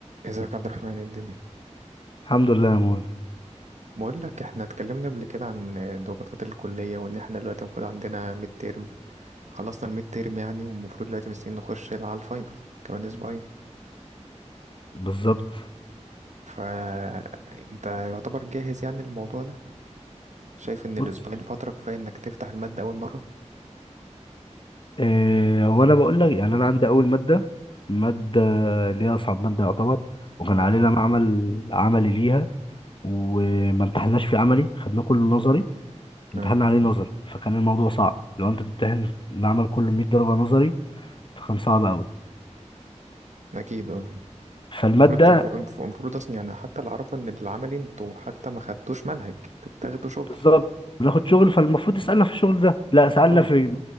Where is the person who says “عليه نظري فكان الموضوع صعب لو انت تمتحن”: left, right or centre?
Left